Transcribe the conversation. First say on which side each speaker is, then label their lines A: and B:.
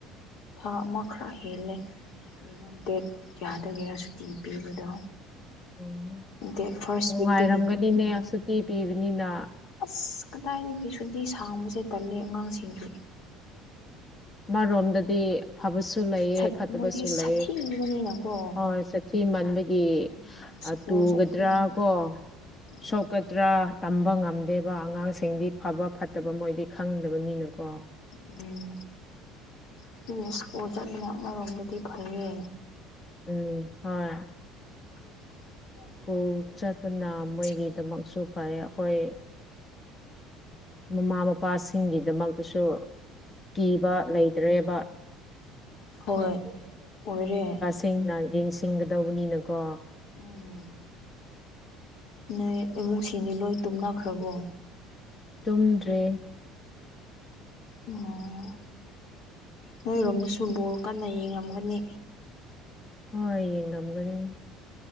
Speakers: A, on the left; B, on the left.
A: ꯊꯥ ꯑꯃ ꯈꯔ ꯍꯦꯜꯂꯦ ꯌꯦꯡꯉꯣꯟ ꯗꯦꯠ ꯌꯥꯗꯒꯦꯔꯥ ꯁꯨꯇꯤ ꯄꯤꯕꯗꯣ
B: ꯎꯝ
A: ꯗꯦꯠ ꯐꯥꯔꯁ
B: ꯅꯨꯡꯉꯥꯏꯔꯝꯒꯅꯤꯅꯦ
A: ꯋꯤꯛꯇꯒꯤ ꯄꯤꯕꯅꯦ
B: ꯁꯨꯇꯤ ꯄꯤꯕꯅꯤꯅ
A: ꯑꯁ ꯀꯗꯥꯏꯗꯒꯤ ꯁꯨꯇꯤ ꯁꯥꯡꯕꯁꯦ ꯇꯜꯂꯦ ꯑꯉꯥꯡꯁꯤꯡꯒꯤ
B: ꯃꯥꯔꯣꯝꯗꯗꯤ ꯐꯕꯁꯨ ꯂꯩꯑ
A: ꯁꯛ
B: ꯐꯠꯇꯕꯁꯨ
A: ꯃꯣꯏꯗꯤ
B: ꯂꯩꯑ
A: ꯁꯥꯊꯤꯕꯅꯤꯅꯀꯣ
B: ꯍꯣꯏ ꯁꯤ ꯃꯟꯕꯒꯤ
A: ꯎꯝ ꯁ꯭ꯀꯨꯜ
B: ꯇꯨꯒꯗ꯭ꯔꯥ
A: ꯆꯠꯄꯅ ꯐꯩ
B: ꯀꯣ
A: ꯎꯝ
B: ꯁꯣꯛꯀꯗ꯭ꯔꯥ ꯇꯝꯕ ꯉꯝꯗꯦꯕ ꯑꯉꯥꯡꯁꯤꯡꯗꯤ ꯐꯕ ꯐꯠꯇꯕ ꯃꯣꯏꯗꯤ ꯈꯪꯗꯕꯅꯤꯅꯀꯣ
A: ꯎꯝ ꯑꯗꯨ ꯁ꯭ꯀꯨꯜ ꯆꯠꯂꯤꯅ ꯑꯃꯔꯣꯝꯗꯗꯤ ꯐꯩꯌꯦ
B: ꯎꯝ ꯍꯣꯏ
A: <unintelligible>
B: ꯁ꯭ꯀꯨꯜ ꯆꯠꯄꯅ ꯃꯣꯏꯒꯤꯗꯃꯛꯁꯨ ꯐꯩ ꯑꯩꯈꯣꯏ ꯃꯃꯥ ꯃꯄꯥꯁꯤꯡꯒꯤꯗꯃꯛꯇꯁꯨ ꯀꯤꯕ ꯂꯩ ꯔꯦꯕꯥ
A: ꯍꯣꯏ ꯑꯣꯏꯔꯦ
B: ꯁꯦꯡꯅ ꯌꯦꯡꯁꯤꯟꯒꯗꯧꯕꯅꯤꯅꯀꯣ
A: ꯎꯝ ꯅꯣꯏ ꯏꯃꯨꯡꯁꯤꯡꯗꯤ ꯂꯣꯏ ꯇꯨꯝꯅꯈ꯭ꯔꯕꯣ
B: ꯇꯨꯝꯗ꯭ꯔꯦ
A: ꯑꯣ ꯅꯣꯏꯔꯣꯝꯗꯁꯨ ꯕꯣꯔ ꯀꯟꯅ ꯌꯦꯡꯉꯝꯒꯅꯤ
B: ꯍꯣꯏ ꯌꯦꯡ ꯉꯝꯒꯗꯤ